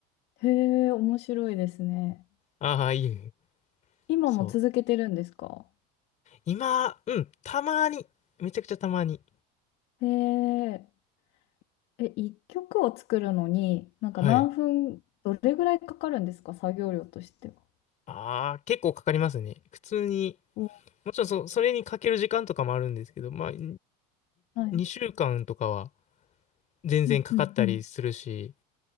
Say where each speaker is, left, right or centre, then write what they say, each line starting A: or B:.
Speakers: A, on the left (about 55°); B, on the left (about 35°).
A: へえ、面白いですね。
B: ああ、いいね。
A: 今も続けてるんですか
B: そう。今、うん、たまに、めちゃくちゃたまに。
A: へえ、え、一曲を作るのに、なんか何分、
B: はい。
A: どれぐらいかかるんですか作業量としては。
B: ああ、結構かかりますね。普通に、
A: お
B: もちろんそ、それにかける時間とかもあるんですけど、まあ、い
A: はい。
B: 2週間とかは全然かかったりするし、
A: うんうんうん。